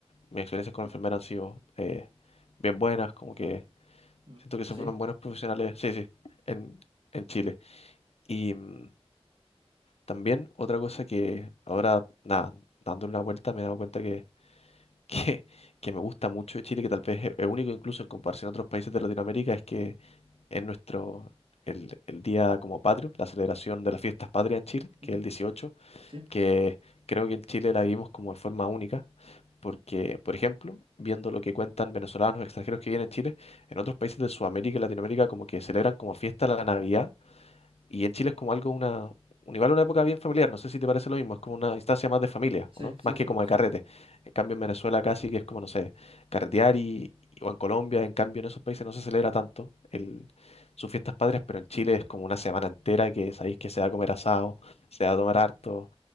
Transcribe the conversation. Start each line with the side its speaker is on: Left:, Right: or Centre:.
Left: mis experiencias con enfermeras han sido eh, bien buenas, como que
Right: mm,
Left: siento que se
Right: ¿sí?
Left: forman buenos profesionales, sí, sí, en, en Chile. Y mm, también otra cosa que ahora, nada, dándole una vuelta me he dado cuenta que, <laughs> que, que me gusta mucho de Chile, que tal vez es es único incluso en comparación a otros países de Latinoamérica, es que es nuestro, el, el día como patrio, la celebración de las fiestas patrias en Chile,
Right: mm,
Left: que es el 18,
Right: ¿sí?
Left: que creo que en Chile la vivimos como de forma única, porque, por ejemplo, viendo lo que cuentan venezolanos extranjeros que vienen a Chile, en otros países de Sudamérica y Latinoamérica como que celebran como fiesta la Navidad y en Chile es como algo, una, un- igual una época bien familiar, no sé si te parece lo mismo, es como una instancia más de familia,
Right: Sí,
Left: ¿o ¿no?
Right: sí,
Left: Más que
Right: sí,
Left: como de
Right: sí.
Left: carrete. En cambio en Venezuela casi que es como, no sé, carretear y, o en Colombia, en cambio en esos países no se celebra tanto el, sus fiestas patrias, pero en Chile es como una semana entera que sabéis que se va a comer asado, se va a tomar harto,